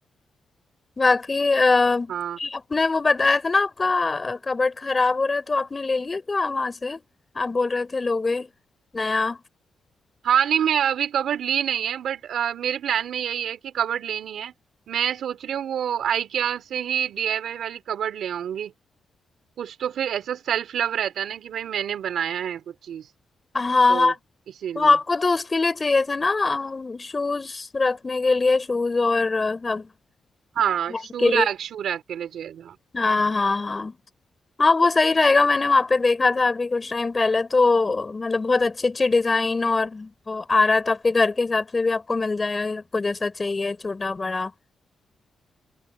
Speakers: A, on the left; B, on the right.
A: बाकी अ,
B: हाँ
A: आपने वो बताया था ना आपका अ, कबर्ड खराब हो रहा है तो आपने ले लिया क्या वहां से आप बोल रहे थे लोगे नया
B: हाँ नहीं मैं अभी कबर्ड ली नहीं है बट मेरे प्लान में यही है कि कबर्ड लेनी है मैं सोच रही हूँ वो आइकिया से ही डीआईवाई वाली कबर्ड ले आऊंगी कुछ तो फिर ऐसा सेल्फ लव रहता है ना कि भाई मैंने बनाया है कुछ चीज
A: हाँ
B: तो
A: हाँ,
B: इसीलिए
A: वो आपको तो उसके लिए चाहिए था ना शूज रखने के लिए शूज और अ, सब
B: हाँ
A: बैग
B: शू
A: के लिए
B: रैक शू रैक के लिए चाहिए था
A: हाँ हाँ हाँ हाँ वो सही रहेगा मैंने वहां पे देखा था अभी कुछ टाइम पहले तो मतलब बहुत अच्छी अच्छी डिजाइन और वो आ रहा है तो आपके घर के हिसाब से भी आपको मिल जाएगा आपको जैसा चाहिए छोटा बड़ा